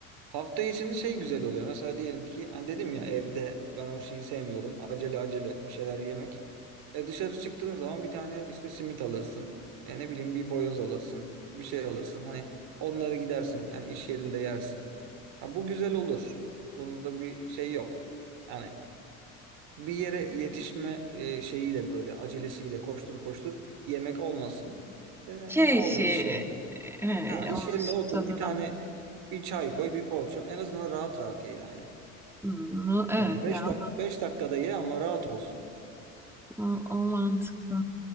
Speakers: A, on the right (about 60°); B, in the centre.
A: Hafta içinde şey güzel oluyor. Mesela diyelim ki hani dedim ya evde ben o şeyi sevmiyorum. Acele acele bir şeyler yemek. E dışarı çıktığın zaman bir tane işte simit alırsın. Ya ne bileyim bir boyoz alırsın. Bir şey alırsın. Hani onları gidersin. Yani iş yerinde yersin. Ha, bu güzel olur. Bunda bir şey yok. Yani bir yere yetişme e, şeyiyle böyle acelesiyle koştur koştur yemek olmasın. Yani
B: Keyfi
A: aldın iş yerinde.
B: e,
A: Ha iş
B: olsun
A: yerinde otur
B: tadı
A: bir tane
B: da.
A: bir çay koy bir poğaça. En azından rahat rahat ye yani.
B: Hmm, o- evet
A: Yani 5
B: ya
A: dak 5 dakikada ye ama rahat olsun.
B: o, o mantıklı.